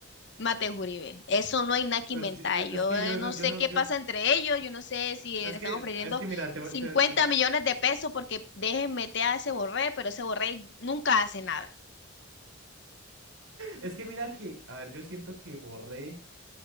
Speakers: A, on the left (about 55°); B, on the right (about 85°).
A: Mate Uribe, eso no hay nada que
B: Es,
A: inventar.
B: es
A: Yo
B: que
A: eh,
B: yo
A: no
B: no, yo
A: sé
B: no,
A: qué
B: yo
A: pasa
B: no.
A: entre ellos, yo no sé si le
B: Es que,
A: están ofreciendo
B: es que mira, te, voy-
A: 50
B: te-
A: millones de pesos porque dejen meter a ese Borré, pero ese Borré nunca hace nada.
B: Es que mira que, a ver, yo siento que borré,